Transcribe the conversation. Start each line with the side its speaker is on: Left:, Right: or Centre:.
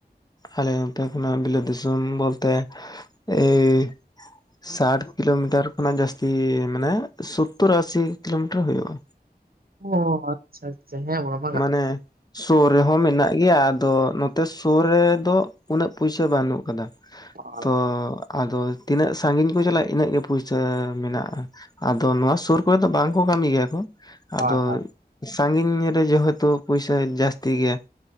Left: ᱟᱞᱮ ᱱᱚᱛᱮ ᱠᱷᱚᱱᱟᱜ ᱵᱤᱞᱟᱹᱛ ᱫᱤᱥᱚᱢ ᱵᱚᱞᱛᱮ ᱮᱭ ᱥᱟᱴ ᱠᱤᱞᱳᱢᱤᱴᱟᱨ ᱠᱷᱚᱱᱟᱜ ᱡᱟᱹᱥᱛᱤ ᱢᱟᱱᱮ ᱥᱳᱛᱛᱳᱨ ᱟᱥᱤ ᱠᱤᱞᱳᱢᱤᱴᱟᱨ ᱦᱩᱭᱩᱜᱼᱟ
Right: ᱚ ᱟᱪᱪᱷᱟ ᱟᱪᱪᱷᱟ ᱦᱮᱸᱵᱟᱝ
Left: ᱢᱟᱱᱮ ᱥᱩᱨ ᱨᱮᱦᱚᱸ ᱢᱮᱱᱟᱜ ᱜᱮᱭᱟ ᱟᱫᱚ ᱥᱩᱨ ᱨᱮᱫᱚ ᱩᱱᱟᱹᱜ ᱯᱩᱭᱥᱟ ᱵᱟᱹᱱᱩᱜ ᱟᱠᱟᱫᱟ
Right: ᱦᱳᱭ
Left: ᱛᱚ ᱟᱫᱚ ᱛᱤᱱᱟᱹᱜ ᱥᱟᱺᱜᱤᱧ ᱠᱚ ᱪᱟᱞᱟᱜᱼᱟ ᱤᱱᱟᱹᱜ ᱜᱮ ᱯᱩᱭᱥᱟᱹ ᱢᱮᱱᱟᱜᱼᱟ ᱟᱫᱚ ᱱᱚᱣᱟ ᱥᱩᱨ ᱠᱚᱨᱮ ᱫᱚ ᱵᱟᱝᱠᱚ ᱠᱟᱹᱢᱤ ᱜᱮᱭᱟ ᱠᱚ
Right: ᱦᱳᱭ
Left: ᱟᱫᱚ
Right: ᱦᱳᱭ᱾
Left: ᱥᱟᱺᱜᱤᱧ ᱨᱮ ᱡᱮᱦᱮᱛᱩ ᱯᱚᱭᱥᱟ ᱡᱟᱹᱟᱥᱛᱤ ᱜᱮᱭᱟᱵ